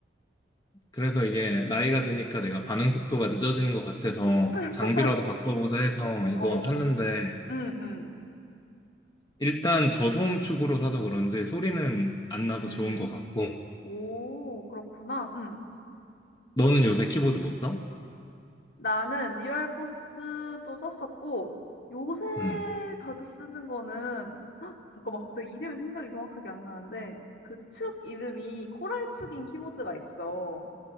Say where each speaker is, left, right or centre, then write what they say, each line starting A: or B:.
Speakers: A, on the left; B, on the left.
A: 그래서 이게 나이가 드니까 내가 반응 속도가 늦어지는 것 같아서
B: <laughs>
A: 장비라도 바꿔보자 해서 이거
B: 어,
A: 샀는데
B: 응, 응.
A: 일단 저소음 축으로 사서 그런지 소리는 안 나서
B: 음,
A: 좋은 것 같고
B: 오, 그렇구나. 응.
A: 너는 요새 키보드 못 써?
B: 나는 리얼포스도 썼었고 요새
A: 음,
B: 자주 쓰는 거는 헉, 잠깐만 갑자기 이름이 생각이 정확하게 안 나는데 그 축 이름이 코랄 축인 키보드가 있어.